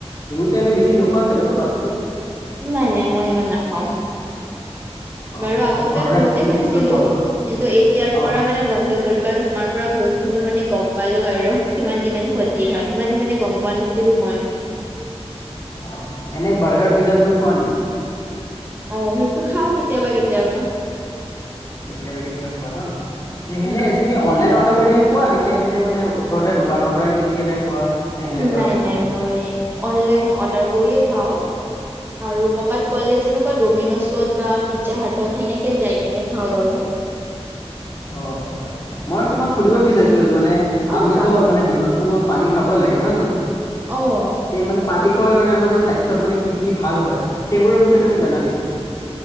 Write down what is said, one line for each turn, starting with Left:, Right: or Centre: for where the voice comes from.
Left: তুমিতো এনে বেছি নোখোৱা চাগে ন ফাষ্ট ফুড?
Right: নাই নাই মই ইমান নাখাওঁ।
Left: অ
Right: বাৰু আগতে
Left: ঘৰৰে
Right: বহুতে
Left: খাই বেছিকৈ
Right: খাইছিলো
Left: খোৱা
Right: কিন্তু
Left: ন
Right: এতিয়াৰ
Left: অ
Right: পৰা মানে বন্ধ কৰিম কাৰণ তোমাৰ পৰা বহুত সুত খিনি মানে গম পালো আৰু কিমান কিমান ক্ষতি হয় ইমান মানে গম পোৱা নাছিলো মই।
Left: অ এনে বাৰ্গাৰ পিজ্জা তুমি খোৱা নি?
Right: অঁ, সেইটো খাও কেতিয়াবা কেতিয়াবা।
Left: কেতিয়াবা কেতিয়াবা খোৱা ন সেনে
Right: উম
Left: তুমি অনলাইন। কৰি খোৱা নেকি এনে মানে ওচৰতে দোকানৰ পৰাই কিনি কেনে খোৱা। নে সেনেকুৱা
Right: নাই
Left: কিবা?
Right: নাই মই অনলাইন অৰ্ডাৰ কৰিয়ে খাওঁ।
Left: <inaudible>
Right: আৰু কৰ'বাত গ'লে যেনেকুৱা ডমিন'ছত বা পিজ্জা হাতত সেনেকে যায় কেনে খাওঁ আৰু।
Left: অ মই তোমাক সুধিব
Right: উম,
Left: বিচাৰিছিলো মানে
Right: অ
Left: আমিতো
Right: কোৱা
Left: মানে দিনতো পানী খাবই লাগে হয় নে ন
Right: অঁ।
Left: তে মানে পানী খোৱাৰ কাৰণে আমাৰ যে স্বাস্থ্যত মানে কি- কি ভাল হয় সেইবোৰৰ বিষয়ে তুমি
Right: উম,
Left: জানা নেকি?